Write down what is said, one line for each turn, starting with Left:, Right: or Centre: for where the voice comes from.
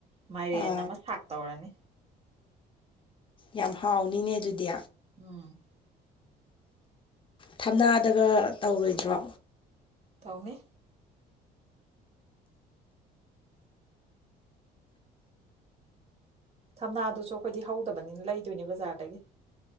Right: ꯃꯥꯏꯔꯦꯟ
Left: ꯑꯥ
Right: ꯑꯃ ꯁꯥꯛ ꯇꯧꯔꯅꯤ
Left: ꯌꯥꯝ ꯍꯥꯎꯅꯤꯅꯦ ꯑꯗꯨꯗꯤ
Right: ꯎꯝ
Left: ꯊꯝꯅꯥꯗꯒ ꯇꯧꯔꯣꯏꯗ꯭ꯔꯣ
Right: ꯇꯧꯅꯤ ꯊꯝꯅꯥꯗꯨꯁꯨ ꯑꯩꯈꯣꯏꯗꯤ ꯍꯧꯗꯕꯅꯤꯅ ꯂꯩꯗꯣꯏꯅꯦ ꯕꯖꯥꯔꯗꯒꯤ